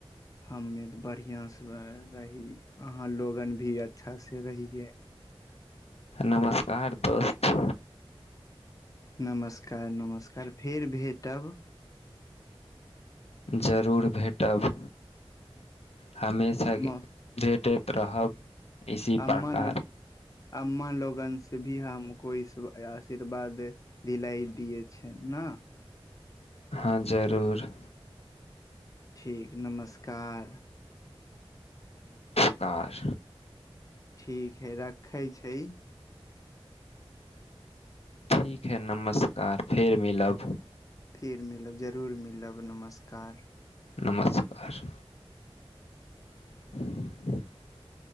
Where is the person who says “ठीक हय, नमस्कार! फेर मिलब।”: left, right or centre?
Left